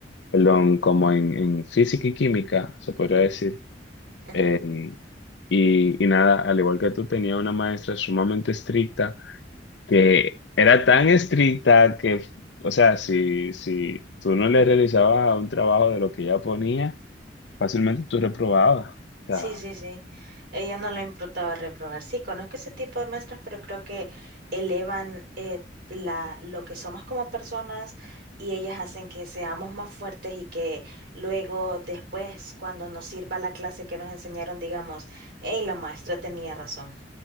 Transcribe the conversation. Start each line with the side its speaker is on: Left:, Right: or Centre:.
Left: perdón, como en, en física y química, se podría decir.
Right: Ajá.
Left: En- y, y nada, al igual que tú, tenía una maestra sumamente estricta que era tan estricta que, o sea, si, si tú no le realizabas un trabajo de lo que ella ponía, fácilmente tú reprobabas. O sea,
Right: Sí, sí, sí. Ella no le importaba reprobar. Sí, conozco ese tipo de maestras, pero creo que elevan eh, la, lo que somos como personas y ellas hacen que seamos más fuertes y que luego, después, cuando nos sirva la clase que nos enseñaron, digamos, hey, la maestra tenía razón.